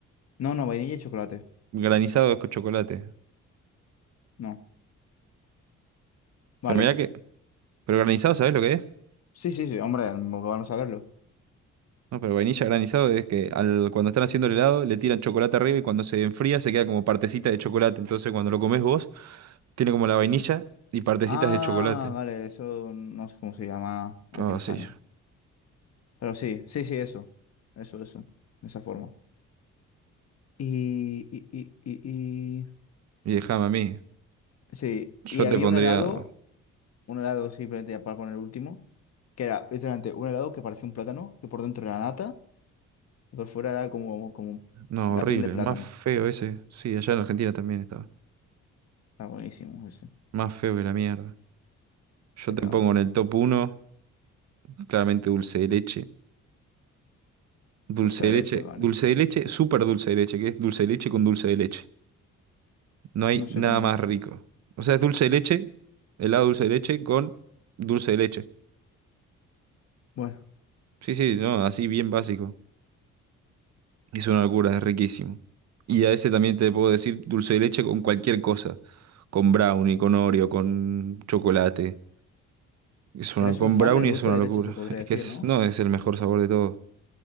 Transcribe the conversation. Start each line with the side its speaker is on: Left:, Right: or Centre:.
Left: No, no, vainilla y chocolate.
Right: Granizado es con chocolate.
Left: No.
Right: Pero
Left: Vale.
Right: mirá que... ¿Pero granizado sabés lo que es?
Left: Sí, sí, sí, hombre, vamos a verlo.
Right: No, pero vainilla granizado es que al, cuando están haciendo el helado le tiran chocolate arriba y cuando se enfría se queda como partecita de chocolate. Entonces cuando lo comes vos, tiene como la vainilla y partecitas
Left: Ah,
Right: de chocolate.
Left: vale, eso no sé cómo se llama aquí
Right: Ah,
Left: en España.
Right: sí.
Left: Pero sí, sí, sí, eso. Eso, eso. De esa forma. Y, y, y, y, y-
Right: Y déjame a mí.
Left: Sí,
Right: Yo
Left: y había
Right: te pondría...
Left: un helado, un helado simplemente ya para poner el último, que era literalmente un helado que parecía un plátano, que por dentro era nata Por fuera era como, como
Right: No,
Left: la
Right: horrible.
Left: piel de plátano.
Right: Más feo ese. Sí, allá en Argentina también estaba.
Left: Está buenísimo ese.
Right: Más feo que la mierda. Yo
Left: Que
Right: te
Left: te la
Right: pongo
Left: boca.
Right: en el top uno, claramente dulce de leche. Dulce
Left: Dulce
Right: de
Left: de
Right: leche.
Left: leche, ¿vale?
Right: Dulce de leche, súper dulce de leche, que es dulce de leche con dulce de leche. No hay
Left: No sé
Right: nada
Left: cómo.
Right: más rico. O sea, es dulce de leche, helado dulce de leche con dulce de leche.
Left: Bueno,
Right: Sí, sí, no, así bien básico. Es una locura, es riquísimo. Y a ese también te puedo decir dulce de leche con cualquier cosa. Con brownie, con Oreo, con chocolate. Es una,
Left: eres
Right: con
Left: un fan
Right: brownie
Left: de dulce
Right: es una
Left: de
Right: locura.
Left: leche, se podría
Right: <laughs> Es
Left: decir,
Right: que es,
Left: ¿no?
Right: no, es el mejor sabor de todo.